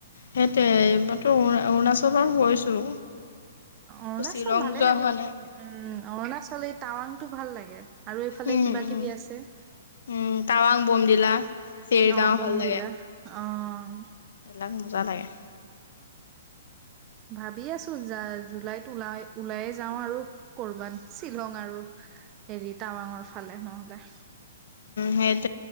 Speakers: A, on the left; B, on the right.
A: সেইটোৱে এইবইতোণ <unintelligible> অৰুণাচল আৰু গৈছোঁ
B: অৰুণাচল
A: ত শ্বিলং
B: ভালে
A: যোৱা
B: লাগে
A: হোৱা নাই।
B: উম অৰুণাচলত টাৱাং টো ভাল লাগে আৰু এইফালে
A: উম
B: কিবা
A: উম
B: কিবি আছে
A: উম টাৱাং বমডিলা চেৰগাঁও
B: অ বমদিলা
A: ভাল লাগে।
B: অঁ
A: এইবিলাক মজা লাগে
B: ভাবি আছো যা জুলাইত ওলাই ওলাইয়ে যাওঁ আৰু কৰবাত শ্বিলং আৰু হেৰি টাৱাঙৰ ফালে নহ'লে
A: মেদ